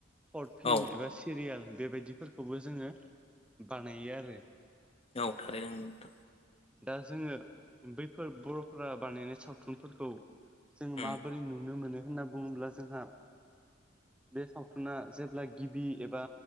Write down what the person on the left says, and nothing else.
औ औ
औ थारैनो नोंथां
उम